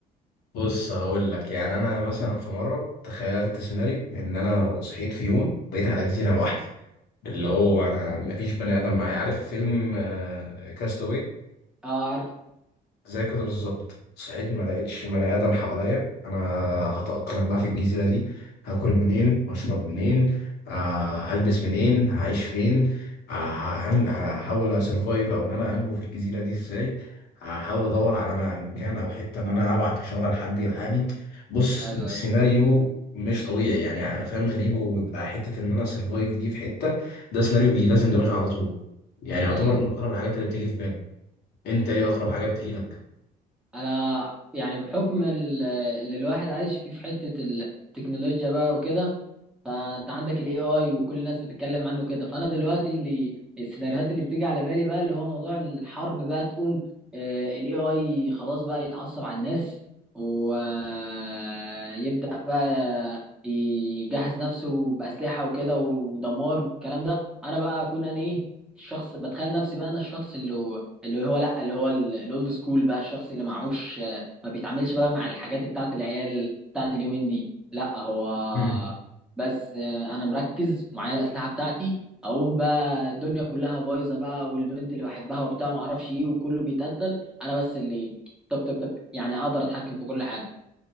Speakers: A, on the left; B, in the centre.
A: بص هقول لك يعني انا مثلا في مره تخيلت سيناريو ان انا صحيت في يوم بقيت على جزيره لوحدي اللي هو انا مفيش بني ادم معايا عارف فيلم كاستاوي
B: اه عارفه
A: زي كده بالظبط صحيت ما لقيتش بني ادم حواليا انا هتأقلم بقى في الجزيرة دي هاكل منين هشرب منين آه هلبس منين هعيش فين آه ههن- هحاول اسرفايف او ان انا انجو في الجزيرة دي ازاي هحاول ادور على م- مكان او حتة ان انا ابعت اشارة لحد يلحقني بص
B: ايوه
A: سيناريو مش طبيعي يعني فاهم غريب ويبقى حتة ان انا سرفايف دي في حتة ده سيناريو بي لازم دماغي على طول يعني يعتبر
B: ايوه
A: من اغرب الحاجات اللي بتيجي في بالي انت ايه اغرب حاجة بتيجي لك
B: انا يعني بحكم ال- اللي الواحد عايش فيه في حتة التكنولوجيا بقى وكده فانت عندك الاي اي وكل الناس بتتكلم عنه كده فانا دلوقتي اللي السيناريوهات اللي بتيجي على بالي بقى اللي هو موضوع الحرب بقى تقوم الاي اي خلاص بقى يتعصب على الناس ويبدأ بقى يجهز نفسه بأسلحة وكده ودمار والكلام ده انا بقى اكون انا ايه الشخص بتخيل نفسي بقى انا الشخص اللي اللي هو لا اللي هو ال- الاولد سكول بقى الشخص اللي معهوش آه، ما بيتعاملش بقى مع الحاجات بتاعت العيال بتاعت اليومين دي لا هو
A: مم.
B: بس آه، انا مركز ومعايا الاسلحه بتاعتي اقوم بقى الدنيا كلها بايظه بقى والبنت اللي بحبها وبتاع ما اعرفش ايه وكله بيتقتل انا بس اللي طق طق طق يعني اقدر اتحكم في كل حاجه